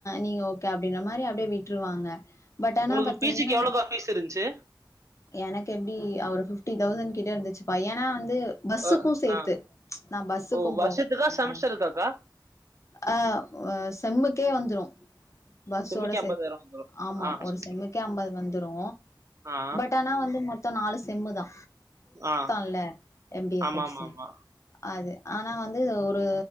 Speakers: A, on the left (about 40°); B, on the right (about 40°).
A: நீங்க ஓகே அப்டின்ற மாரி அப்டியே விட்ருவாங்க பட் ஆனா
B: உங்களுக்கு
A: பாத்தீங்கன்னா
B: பி ஜி க்கு எவ்ளோக்கா ஃபீஸ் இருந்துச்சு
A: எனக்கு எப்டி ஒரு பிஃப்டி தௌசண்ட் கிட்ட இருந்துச்சுப்பா ஏன்னா வந்து பஸ்ஸுக்கு
B: அ
A: சேத்து
B: ஆ
A: நா பஸ்ஸுக்கு
B: ஓ வருஷத்துக்கா
A: போவே இல்ல
B: செமஸ்டருக்காக்கா
A: ஆ செம்முக்கே வந்துரு பஸ்ஸோட
B: செம்முக்கு
A: சேத்து
B: எம்பதாயிரோ வந்துரு
A: ஆமா
B: ஆ
A: ஒரு
B: சூப்பரு
A: செம்முக்கே அம்பது வந்துரு
B: ஆ
A: பட் ஆனா வந்து மொத்த நாலு செம்மு தா
B: ஆ
A: இல்ல எம் பி ஏ
B: ஆமா,
A: கோர்ஸு
B: ஆமா, ஆமா.
A: அது ஆனா வந்து ஒரு